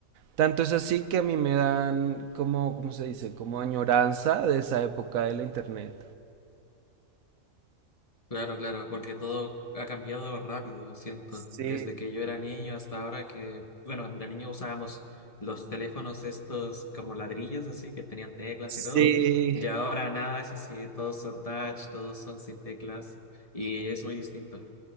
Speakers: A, on the right; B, on the left.
A: Tanto es así que a mí me dan como, ¿cómo se dice? Como añoranza de esa época de la internet.
B: Claro, claro, porque todo ha cambiado rápido, siento.
A: Sí,
B: Desde que yo era niño hasta ahora que, bueno, cuando era niño usábamos los teléfonos estos como ladrillos, así, que tenían teclas
A: sí.
B: y todo. Y ahora nada es así, todos son touch, todos son sin teclas. Y es muy distinto.